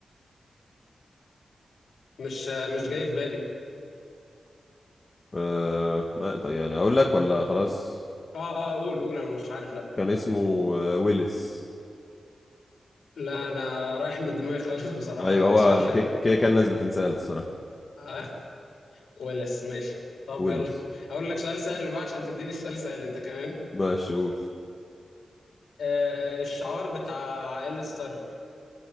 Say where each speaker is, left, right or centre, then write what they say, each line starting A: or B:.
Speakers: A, on the left; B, on the left.
A: مش آه، مش جاي في بالي
B: آه ما طيب يعني اقول لك ولا خلاص
A: اه اه قول قول انا مش عارف لا
B: كان اسمه آه ويلس
A: لا انا رايح من دماغي خالص بصراحة
B: ايوه هو
A: سؤال حلو
B: كده كده كان ناس بتنساه الصراحه
A: آه ولس ماشي طب
B: ويلس
A: يلا اقول لك سؤال سهل بقى عشان تديني سؤال سهل انت كمان
B: ماشي قول
A: آه الشعار بتاع عائلة ستارك